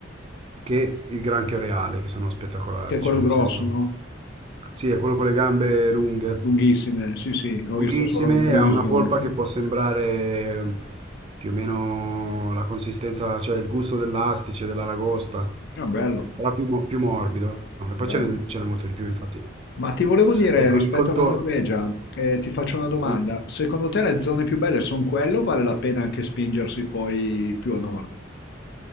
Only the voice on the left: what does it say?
Che è quello
grosso,
no?
Lunghissime, sì, sì, l'ho
visto solo in televisione.
<laughs>
Ah, bello,
bello.
Ma ti volevo dire,
rispetto
alla Norvegia, eh, ti faccio una domanda.
Secondo te le zone più belle sono quelle o vale la pena anche spingersi poi più a nord?